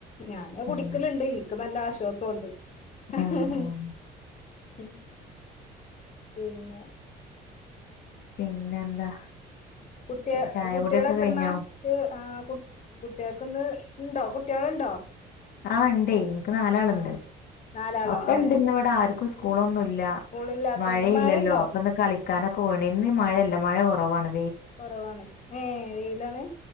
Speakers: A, on the left; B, on the left.
A: ഞാാന് കുടിക്കലുണ്ട്‌
B: ഉം
A: എനിക്ക് നല്ല ആശ വിശ്വാസുണ്ട് <unintelligible>
B: ഉം ഉം
A: ഉം പിന്നെ
B: പിന്നെ എന്താ
A: കുട്ടിയ
B: ചായ
A: കുട്ടികളെ
B: കുടിയൊക്കെ
A: എത്രണ
B: കഴിഞ്ഞോ
A: ആഹ് കുട്ടിക ക്കന്ന് ഇണ്ടോ കുട്ടികളുണ്ടോ
B: ആഹ് ഇണ്ടേ ഇനിക്ക് നാലാളുണ്ട്
A: ആഹ് നാലാളോ
B: ഒക്കെ
A: ഏഹ്
B: ഇണ്ട് ഇന്ന് ഇവിടെ ആർക്കും സ്കൂളൊന്നുല്ല
A: സ്കൂളില്ലാത്തോണ്ട്
B: മഴയില്ലല്ലോ
A: മഴയുണ്ടോ
B: അപ്പൊ ഇന്ന് കളിക്കാനൊക്കെ
A: ആഹ്
B: പോണന്ന് ഇന്ന് മഴല്ല ല്ല മഴ കുറവാാണ്
A: കുറവാണ് ഏ വെയിലാണ്